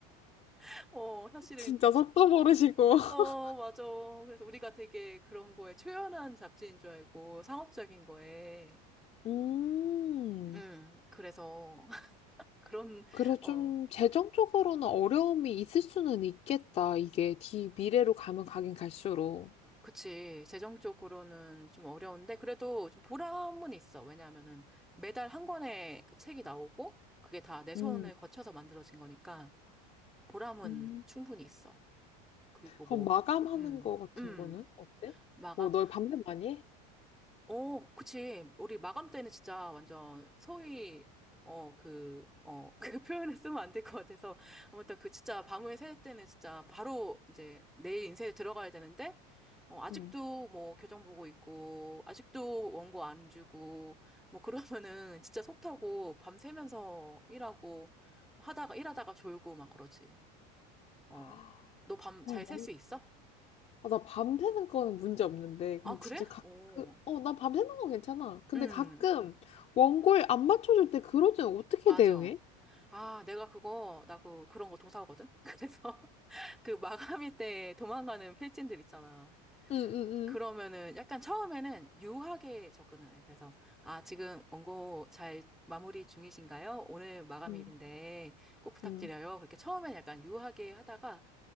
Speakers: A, in the centre; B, on the left.
A: <laughs> 어 사실은
B: 진짜 속도 모르시고.
A: 어
B: <laughs>
A: 맞아 그래서 우리가 되게 그런 거에 초연한 잡지인 줄 알고 상업적인 거에
B: 음.
A: 음 그래서 <laughs> 그런
B: 그래서
A: 어
B: 좀 재정적으로는 어려움이 있을 수는 있겠다. 이게 뒤 미래로 가면 가긴 갈수록.
A: 그치. 재정적으로는 좀 어려운데, 그래도 좀 보람은 있어. 왜냐하면은 매달 한 권의 그 책이 나오고, 그게 다 내 손을
B: 음,
A: 거쳐서 만들어진 거니까, 보람은
B: 음.
A: 충분히 있어. 그리고
B: 그럼
A: 뭐,
B: 마감하는
A: 음,
B: 거 같은
A: 음,
B: 거는 어때?
A: 마감
B: 뭐, 너 밤새 많이 해?
A: 어, 그치. 우리 마감 때는 진짜 완전 소위, 어, 그, 어, <laughs> 그 표현을 쓰면 안 될 것 같아서. 아무튼 그 진짜 밤을 새울 때는 진짜 바로 이제 내일 인쇄에 들어가야 되는데, 어, 아직도
B: 응.
A: 뭐 교정 보고 있고, 아직도 원고 안 주고, 뭐 그러면은 진짜 속 타고 밤새면서 일하고, 하다가, 일하다가 졸고 막 그러지. 어.
B: 아,
A: 너 밤 잘
B: 아, 뭐.
A: 셀 수 있어?
B: 아, 나 밤새는 거는 문제 없는데, 근데
A: 아, 그래?
B: 진짜 가끔,
A: 어.
B: 어, 나 밤새는 건 괜찮아. 근데
A: 음.
B: 가끔 원고를 안 맞춰줄 때 그럴 때는 어떻게
A: 맞아.
B: 대응해?
A: 아, 내가 그거, 나 그, 그런 거 도사거든? <laughs> 그래서 <laughs> 그 마감일 때 도망가는 필진들 있잖아.
B: 응, 응, 응,
A: 그러면은 약간 처음에는 유하게 접근을 해. 그래서, 아, 지금 원고 잘 마무리 중이신가요? 오늘 마감일인데
B: 응,
A: 꼭 부탁드려요.
B: 응,
A: 그렇게 처음엔 약간 유하게 하다가